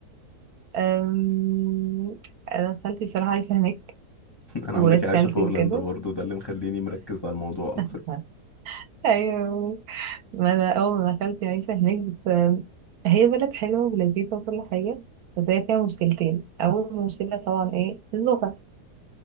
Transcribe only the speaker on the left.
انا
عمتي
عايشه في هولندا
برضو ده اللي مخليني مركز على الموضوع اكتر